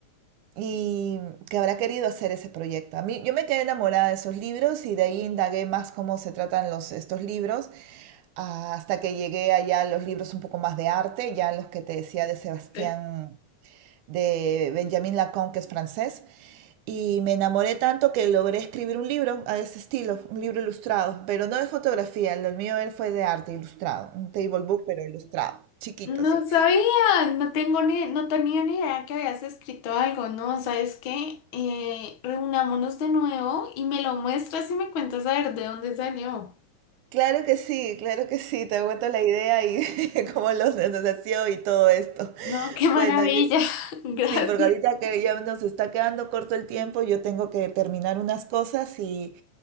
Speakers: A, on the right; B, on the left.
A: y que habrá querido hacer ese proyecto. A mí, yo me quedé enamorada de esos libros y de ahí indagué más cómo se tratan los, estos libros ah, hasta que llegué allá a los libros un poco más de arte, ya los que te decía de Sebastián,
B: totalmente.
A: de Benjamin Lacan, que es francés, y me enamoré tanto que logré escribir un libro a ese estilo, un libro ilustrado, pero no de fotografía, lo mío él fue de arte ilustrado, un table book, pero ilustrado, chiquito,
B: No
A: sí.
B: sabía, no tengo ni, no tenía ni idea que habías escrito algo, ¿no? ¿Sabes qué? Eh, reunámonos de nuevo y me lo muestras y me cuentas a ver de dónde salió.
A: Claro que sí, claro que sí, te aguanto la idea y <laughs> cómo los nos nació y todo esto.
B: No, qué maravilla.
A: Bueno, yo-
B: <laughs> Gracias.
A: sí, porque ahorita que ya nos está quedando corto el tiempo, yo tengo que terminar unas cosas y,